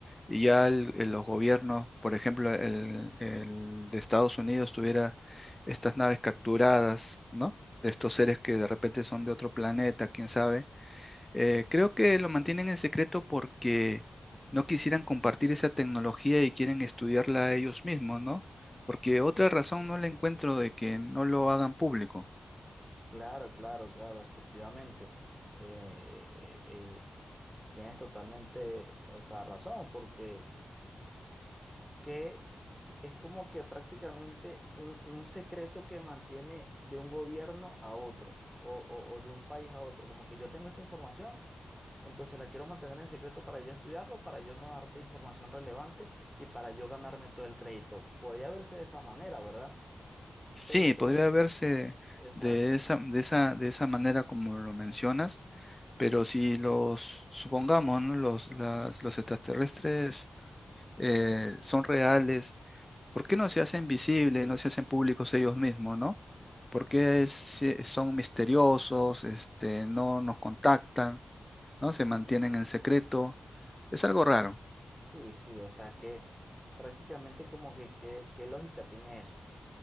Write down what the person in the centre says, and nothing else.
Claro, claro, claro, efectivamente. Eh, eh, eh, tienes totalmente, o sea, razón porque... que es como que prácticamente un, un secreto que mantiene de un gobierno a otro o, o- o de un país a otro. Como que yo tengo esta información, entonces la quiero mantener en secreto para yo estudiarlo, para yo no darte información relevante y para yo ganarme todo el crédito. Podría verse de esa manera, ¿verdad?
Pero entonces,
exacto.
Sí, sí, o sea que prácticamente como que qué qué lógica tiene eso.